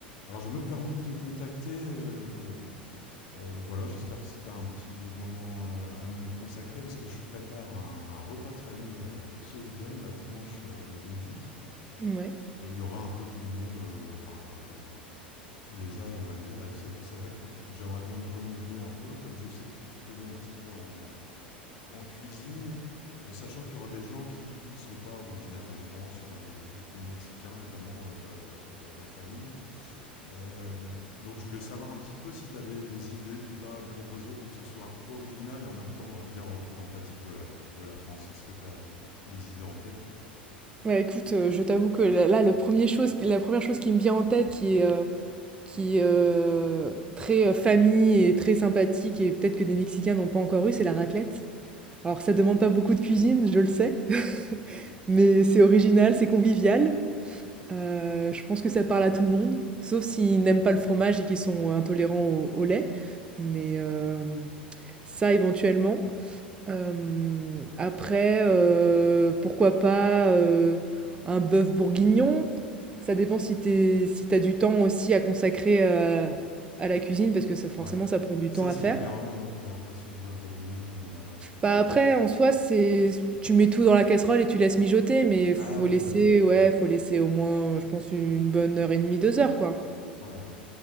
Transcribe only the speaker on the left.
Alors je me permets de te contacter, heu, heu, voilà, j'espère que c'est un petit moment, heu, à me consacrer parce que je prépare un un repas de famille, heu, ce week-end, là, dimanche, heu, midi
et il y aura un peu tout le monde, heu, enfin voilà, heu, tous les âges, on va dire et c'est c'est vrai que j'aimerais bien me renouveler un peu comme je sais que tu t'y connais un petit peu en en cuisine, heu, sachant qu'il y aura des gens qui sont pas originaires de France, il y aura des des Mexicains notamment, heu, voilà la la belle famille euh, donc je voulais savoir un petit peu si tu avais des idées de plats à me proposer pour que ce soit original et en même temps euh, bien représentatif de la, de la France. Est-ce que tu as des idées en tête?
Ouais.
Ça
c'est
hyper long, non? J'ai l'impression que bœuf bourguignon... euh,
Et...
Ah
ouais,
ouais.
Hmm.
Ouais, ouais.